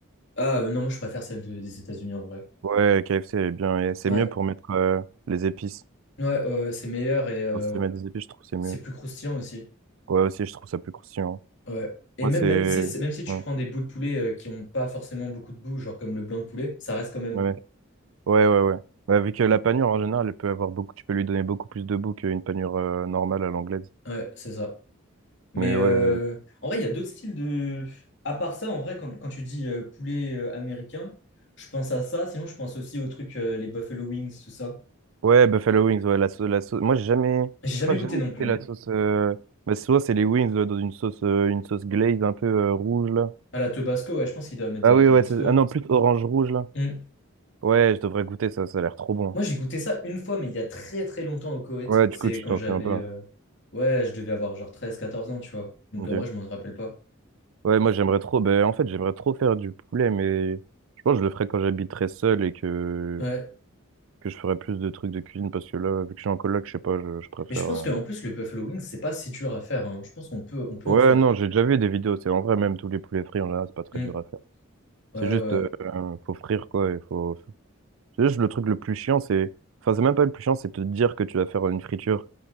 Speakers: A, on the left; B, on the right.
A: Ah euh, non, moi je préfère celle de- des États-Unis en vrai.
B: Ouais, KFC est bien. Et c'est
A: Ouais,
B: mieux pour mettre euh, les épices.
A: ouais, ouais, ouais, c'est meilleur et euh,
B: Pour se mettre des épices, je trouve que c'est mieux.
A: c'est plus croustillant aussi.
B: Ouais, aussi, je trouve ça plus croustillant.
A: Ouais. Et
B: Moi,
A: même,
B: c'est.
A: même, tu sais, c'est- même si tu
B: Ouais,
A: prends des bouts de poulet euh, qui ont pas forcément beaucoup de goût, genre comme le blanc de poulet, ça reste quand même
B: ouais,
A: bon.
B: ouais, ouais. ouais. Ouais, Bah, vu que la
A: Mm.
B: panure, en général, elle peut avoir beaucoup... tu peux lui donner beaucoup plus de goût qu'une panure euh, normale à l'anglaise.
A: Ouais, c'est ça. Mais
B: Mais
A: euh,
B: ouais.
A: en vrai, il y a d'autres styles de. À part ça, en vrai, quand, quand tu dis euh, poulet euh, américain, je pense à ça. Sinon, je pense aussi aux trucs, euh, les Buffalo Wings, tout ça.
B: Ouais, Buffalo Wings, ouais, la sauce, la sauce. Moi, j'ai jamais,
A: J'ai jamais
B: je crois
A: goûté
B: que j'ai jamais
A: non
B: goûté
A: plus. hein.
B: la sauce. Euh... Bah, souvent, c'est les wings euh, dans une sauce, euh, une sauce glaze un peu euh, rouge, là.
A: À la Tabasco, ouais, je pense qu'ils doivent mettre
B: Ah
A: de la
B: oui,
A: Tabasco.
B: ouais, c'est-
A: ouais.
B: ah non, plus orange-rouge, là.
A: Mm.
B: Ouais, je devrais goûter ça, ça a l'air trop bon.
A: Moi, j'ai goûté ça une fois, mais il y a très très longtemps au Koweït.
B: Ouais,
A: C'est
B: du coup, tu
A: quand
B: t'en
A: j'avais...
B: fais un peu.
A: euh,
B: hein.
A: Ouais, je devais avoir genre treize quatorze ans, tu vois. Donc
B: Ok.
A: en vrai, je m'en rappelle pas.
B: Ouais, moi, j'aimerais trop, ben, en fait, j'aimerais trop faire du poulet, mais je pense que je le ferai quand j'habiterai seul et que,
A: Ouais.
B: que je ferai plus de trucs de cuisine parce que là, vu que je suis en coloc, je sais pas, je, je préfère.
A: Mais je pense
B: euh.
A: qu'en plus, le buffalo wings c'est pas si dur à faire. hein. Je pense qu'on peut, on peut
B: Ouais,
A: en faire.
B: non, j'ai déjà vu des vidéos, c'est en vrai, même tous les poulets frits, en général, c'est pas très
A: Hmm.
B: dur à faire.
A: Ouais,
B: C'est
A: ouais.
B: juste, euh, faut frire quoi. Il faut... C'est juste le truc le plus chiant, c'est. Enfin, c'est même pas le plus chiant, c'est te dire que tu vas faire une friture.